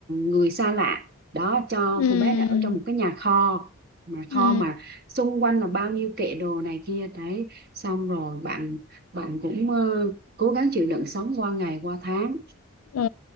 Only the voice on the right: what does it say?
người xa lạ. Đó, cho
cô bé này ở trong một cái nhà kho. Mà kho
mà xung quanh là bao nhiêu kệ đồ này kia. Đấy, xong rồi bạn bạn cũng ờ, cố gắng chịu đựng sống qua ngày qua tháng.